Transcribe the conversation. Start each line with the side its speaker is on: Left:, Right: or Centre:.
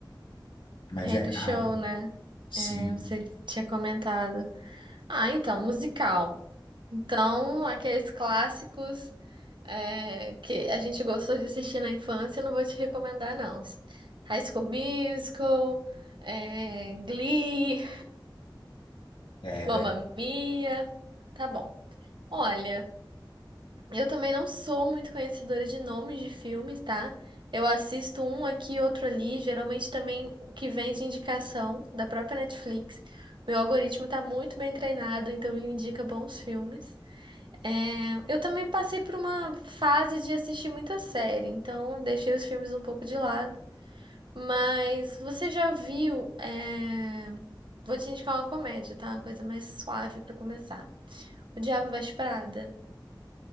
Left: mas
Right: Rei
Left: é
Right: do
Left: raro.
Right: show, né?
Left: Sim,
Right: É, Você tinha comentado. Ah, então, musical. Então, aqueles clássicos. é, que a gente gostou de assistir na infância, eu não vou te recomendar, não. High School Musical, é, Glee,
Left: é,
Right: Mamma Mia. Tá bom. Olha, eu também não sou muito conhecedora de nomes de filmes, tá? Eu assisto um aqui, outro ali, geralmente também o que vem de indicação da própria Netflix. Meu algoritmo tá muito bem treinado, então ele indica bons filmes. É, eu também passei por uma fase de assistir muita série, então deixei os filmes um pouco de lado. Mas você já viu? é, Vou te indicar uma comédia, tá? Uma coisa mais suave pra começar. O Diabo Veste Prada.